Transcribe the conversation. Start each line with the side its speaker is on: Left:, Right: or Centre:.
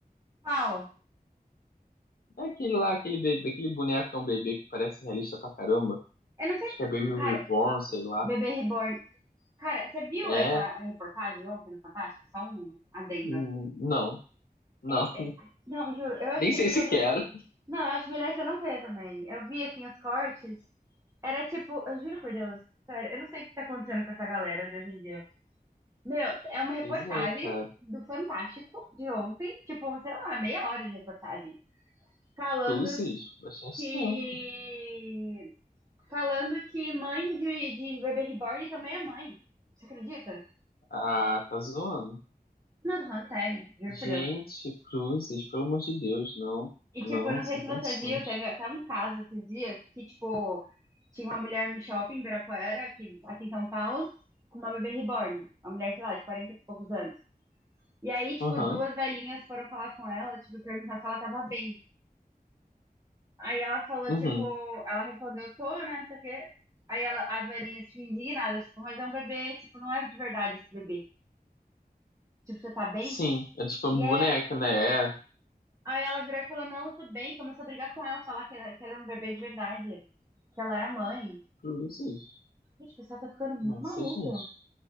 Right: Pau.
Left: É aquele lá, aquele bebê, aquele boneco que é um bebê que parece realista pra caramba.
Right: Eu não sei.
Left: Acho que é Baby Reborn,
Right: Cara,
Left: sei lá.
Right: bebê reborn. Cara, você viu
Left: É.
Right: essa reportagem ontem no Fantástico? Só um adendo.
Left: hum, Não, não.
Right: É,
Left: <laughs>
Right: não, juro, eu acho
Left: Nem
Right: que
Left: sei
Right: as pessoas
Left: se quero.
Right: Não, acho melhor você não ver também. Eu vi, assim, os cortes. Era tipo, eu juro por Deus, sério, eu não sei o que tá acontecendo com essa galera de hoje em dia. Meu, é uma reportagem
Left: Pois é, cara.
Right: do Fantástico de ontem, tipo, sei lá, meia hora de reportagem, falando
Left: Cruzes, bastante
Right: que.
Left: tempo.
Right: Falando que mãe de, de bebê reborn também é mãe. Você acredita?
Left: Ah, tá zoando.
Right: Não, tô falando sério, juro
Left: Gente,
Right: por Deus.
Left: cruzes, pelo amor de Deus, não.
Right: E,
Left: Não,
Right: tipo, eu não
Left: sem
Right: sei se
Left: condições.
Right: você viu, teve até um caso esses dias que, tipo, tinha uma mulher no shopping em Ibirapuera, aqui, aqui em São Paulo, com uma bebê reborn. Uma mulher, sei lá, de 40 e poucos anos. E aí, tipo,
Left: Aham,
Right: duas velhinhas foram falar com ela, tipo, perguntar se ela tava bem. Aí ela falou,
Left: uhum,
Right: tipo, ela respondeu, tô, né, não sei o quê. Aí ela, as velhinhas, tipo, indignadas, tipo, mas é um bebê, tipo, não é de verdade esse bebê. Tipo, você tá bem?
Left: Sim, é tipo
Right: E
Left: uma boneca,
Right: aí,
Left: né? É,
Right: aí ela virou e falou, não, eu tô bem. Começou a brigar com ela, falar que, era, que ela era um bebê de verdade, que ela era mãe.
Left: cruzes.
Right: Gente, o pessoal tá ficando muito
Left: Nossa,
Right: maluco.
Left: gente.